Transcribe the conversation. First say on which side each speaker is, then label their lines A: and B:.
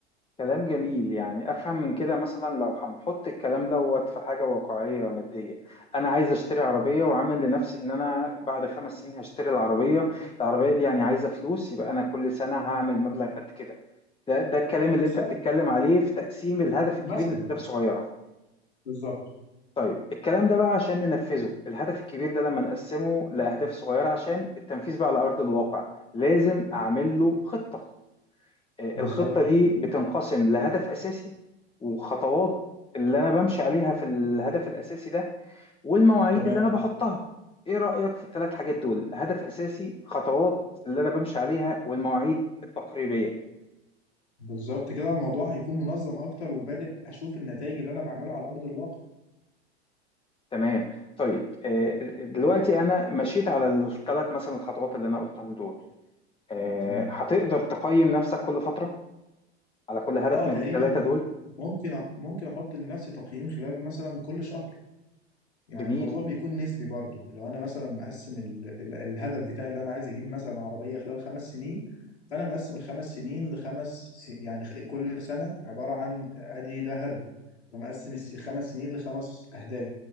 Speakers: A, on the left (about 15°); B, on the left (about 80°).
A: كلام جميل يعني افهم من كده مثلا لو هنحط الكلام دوت في حاجه واقعيه ماديه انا عايز اشتري عربيه وعامل لنفسي ان انا بعد خمس سنين هشتري العربيه العربيه دي يعني عايزه فلوس يبقى انا كل سنه هعمل مبلغ قد كده ده ده الكلام اللي
B: بالظبط
A: انت بتتكلم عليه في تقسيم الهدف الكبير
B: مثلا
A: لاهداف صغيره
B: بالظبط
A: طيب الكلام ده بقى عشان ننفذه الهدف الكبير ده لما نقسمه لاهداف صغيره عشان التنفيذ بقى على ارض الواقع لازم اعمل له خطه الخطة
B: بالظبط
A: دي بتنقسم لهدف أساسي وخطوات اللي أنا بمشي عليها في الهدف الأساسي ده والمواعيد
B: تمام
A: اللي أنا بحطها إيه رأيك في الثلاث حاجات دول هدف أساسي خطوات اللي أنا بمشي عليها والمواعيد التقريبية
B: بالظبط كده الموضوع هيكون منظم اكتر وبادئ اشوف النتائج اللي انا بعمله على ارض الواقع
A: تمام طيب آه، دلوقتي أنا مشيت على الثلاث مثلا الخطوات اللي أنا قلتهم دول آه،
B: تمام
A: هتقدر تقيم نفسك كل فترة على كل هدف
B: اه
A: من
B: تقريبا
A: الثلاثة دول
B: ممكن أ- ممكن احط لنفسي تقييم خلال مثلا كل شهر يعني
A: جميل
B: الموضوع بيكون نسبي برضه لو انا مثلا مقسم ال... ال... الهدف بتاعي اللي انا عايز اجيب مثلا عربيه خلال خمس سنين فانا مقسم الخمس سنين لخمس س... يعني خ- كل سنه عباره عن ادي ده هدف فمقسم الس- الخمس سنين لخمس اهداف